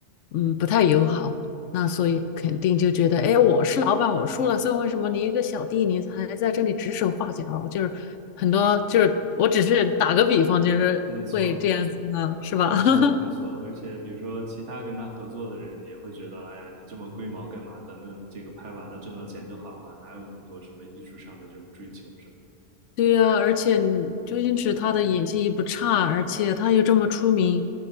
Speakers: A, on the left; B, on the right.
A: 嗯，不太友好。那所以肯定就觉得，哎，我是老板，我输了，所以为什么你一个小弟，你还在这里指手画脚？就是很多，就是我只是打个比方，就是会这样子啊，
B: 没错。
A: 是吧？
B: 没错，
A: <laughs>
B: 没错，而且比如说其他跟他合作的人也会觉得，哎呀，你这么龟毛干嘛？咱们这个拍完了挣到钱就好了，哪有那么多什么艺术上的这种追求什么的
A: 对呀、而且你周星驰他的演技也不差，而且他又这么出名，